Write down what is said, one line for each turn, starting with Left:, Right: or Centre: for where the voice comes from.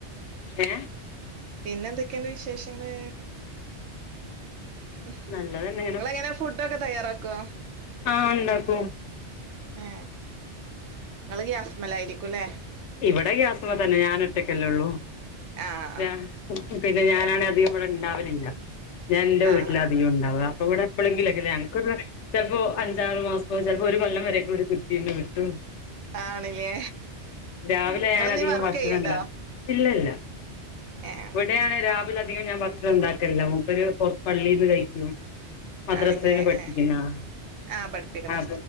Left: ഏ
Right: പിന്നെ എന്തൊക്കെയുണ്ട് വിശേഷങ്ങള് നിങ്ങള്
Left: നല്ലതന്നെ
Right: എങ്ങനെ ഫുഡ് ഒക്കെ തയ്യാറാ ക്കാ
Left: ആ ഉണ്ടാക്കും
Right: ഏ ഇങ്ങള് ഗ്യാസ്മേലായിരിക്കുല്ലേ
Left: ഇവിടെ ഗ്യാസ്മേ തന്നെ ഞാൻ ഒറ്റക്കല്ലേ ഉള്ളൂ
Right: ആഹ്
Left: വേ <unintelligible> പിന്നെ ഞാനാണേ അധികം ഇവിടെ ഇണ്ടാവലില്ല ഞാൻ എന്റെ
Right: ആഹ്
Left: വീട്ടിലാ അധികം ഇണ്ടാവാ. അവിടെ എപ്പോളെങ്കിലോക്കല്ലേ ഞങ്ങക്ക് ഒരു വാ ചിലപ്പോ അഞ്ചാറു മാസം ചിലപ്പോ ഒരു കൊല്ലം വരെയൊക്കെ ഒരു കുറ്റിന്ന് കിട്ടും.
Right: ആണില്ലേ
Left: രാവിലെ
Right: നിങ്ങളെന്തേലും
Left: ഞാൻ അധികവും
Right: വർക്ക്
Left: ഭക്ഷണം
Right: ചെയ്യണ്ടോ
Left: ഇണ്ട ഇല്ലല്ല
Right: ഏഹ്
Left: ഇവിടെയാണ് രാ രാവിലെ അധികം ഞാൻ ഭക്ഷണം ഉണ്ടാക്കല്ല മുപ്പര് പെറ പള്ളിന്ന് കഴിക്കും. മദ്രസല്
Right: ആണില്ലേ
Left: പഠിപ്പിക്കുന്ന
Right: ഏഹ്
Left: ആളാ
Right: ആഹ് പഠിപ്പിക്കണ
Left: ആഹ്